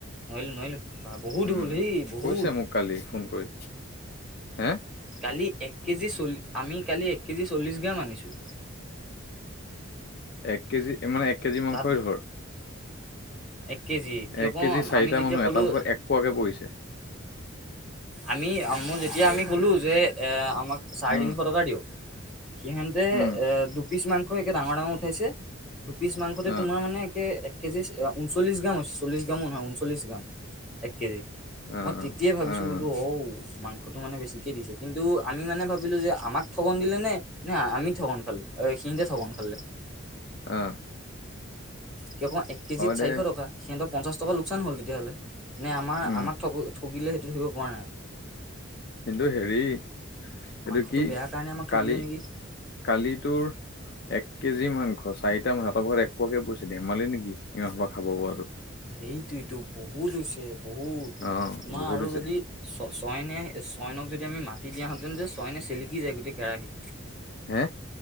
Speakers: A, in the centre; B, on the left (about 50°).
A: নোৱাৰিলোঁ-নোৱাৰিলোঁ। বা বহুত
B: উম
A: হ'ল সেই বহুত।
B: কৈছে মোক কালি ফোন কৰি। হে?
A: কালি এক কেজি চলি, আমি কালি এক কেজি চল্লিশ গ্ৰাম আনিছোঁ।
B: এক কেজি মানে এক কেজি মাংসই
A: তাত
B: ধৰ।
A: এক কেজি কিয়
B: এক
A: কওঁ
B: কেজি চাৰিটা
A: আমি যেতিয়া
B: মানুহ
A: ক'লো
B: এটা ভাগত এক পোৱাকে পৰিছে।
A: আমি মই যেতিয়া আমি ক'লোঁ যে এ আমাক চাৰে
B: উম
A: তিনিশ টকাৰ দিয়ক সিহঁতে
B: উম
A: এ দুপিচ মাংস একে ডাঙৰ-ডাঙৰ উঠাইছে। দুপিচ মাংসতে
B: আহ
A: তোমাৰ মানে একে এক এক কেজি ঊনচল্লিশ গ্ৰাম হৈছে চল্লিশ গ্ৰামো নহয় ঊনচল্লিশ গ্ৰাম এক কেজি।
B: আহ
A: মই তেতিয়াই ভাবিছোঁ
B: আহ
A: বোলোঁ ঔ মাংসটো মানে বেছিকে দিছে। কিন্তু আমি মানে ভাবিলোঁ যে আমাক ঠগন দিলে নে নে আমি ঠগন খালোঁ, সিহঁতে ঠগন খালে?
B: অ'।
A: কিয় তোমাৰ এক কেজিত চাৰিশ
B: দে
A: টকা, সিহঁতৰ পঞ্চাশ টকা লোকচান হ'ল দে তেতিয়াহলে নে আমাৰ
B: উম
A: আমাক ঠগ ঠগিলে সেইটো ধৰিব পৰা নাই।
B: কিন্তু হেৰি এইটো
A: মাংসটো
B: কি
A: বেয়া কাৰণে আমাক ঠগিলে
B: কালি
A: নেকি?
B: কালি তোৰ এক কেজি মাংস চাৰিটা মানুহ ইয়াৰ ভাগত এক পোৱাকে পৰিছে। ধেমালি নেকি? ই হবা খাব পৰাটো।
A: সেইটোৱেইটো বহুত হৈছে বহুত,
B: অ
A: তোমাৰ
B: বহুত
A: আৰু
B: হৈছে
A: যদি চ চয়নে চয়নক যদি আমি মাতি দিয়াহেঁতেন যে চয়নে চেলিকি যায় গোটেই কেৰাহী।
B: হে?